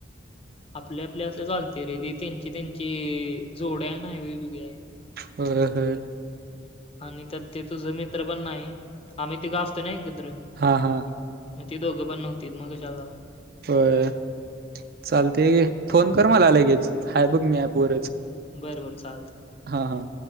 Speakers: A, on the left; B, on the right.
A: आपल्या आपल्या असं चालत्या रे ती त्यांची त्यांची जोड्या आहेना वेगवेगळ्या आहेत
B: होय होय
A: आणि त्यात तो तुझा मित्र पण नाही आम्ही तिघ आसतो ना एकत्र
B: हा हा
A: मग ती दोघं पण नव्हतीत मग कशाला जाऊ
B: होय चालतय घे फोन कर मला लगेच हाय बघ मी ऍप वरच
A: बर बर चालतय
B: हा हा